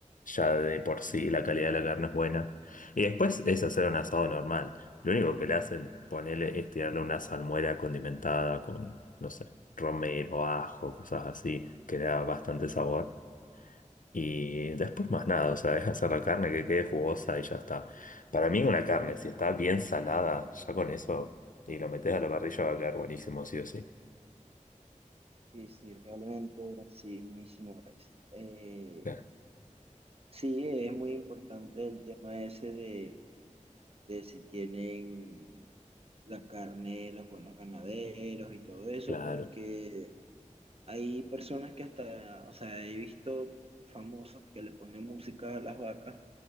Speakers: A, on the left; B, on the right.
A: ya de por sí la calidad de la carne es buena. Y después es hacer un asado normal. Lo único que le hacen, ponerle, es tirarle una salmuera condimentada con, no sé, romero, ajo, cosas así, que le da bastante sabor. Y después más nada, o sea, es hacer la carne que quede jugosa y ya está. Para mí una carne, si está bien salada, ya con eso, y lo metes a la parrilla va a quedar buenísimo, sí o sí.
B: Sí, sí, realmente así mismo es. Eh,
A: Claro.
B: Sí, es muy importante el tema ese de, de si tienen la carne, los buenos ganaderos y todo eso,
A: Claro.
B: porque hay personas que hasta, o sea, he visto famosos que le ponen música a las vacas